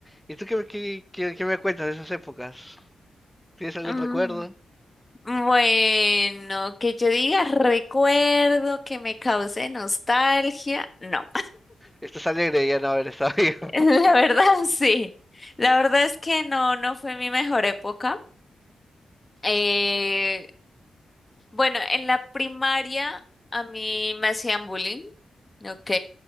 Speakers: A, in the centre; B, on the left (about 25°).
A: ¿Y tú qué, me- qué, qué- qué me cuentas de esas épocas? ¿Tienes algún
B: Mm,
A: recuerdo?
B: Bueno, que yo diga recuerdo que me cause nostalgia. No,
A: Estás alegre de ya no haber estado vivo.
B: <laughs> la
A: <laughs>
B: verdad sí. La verdad es que no, no fue mi mejor época. Eh, Bueno, en la primaria a mí me hacían bullying, ¿ok?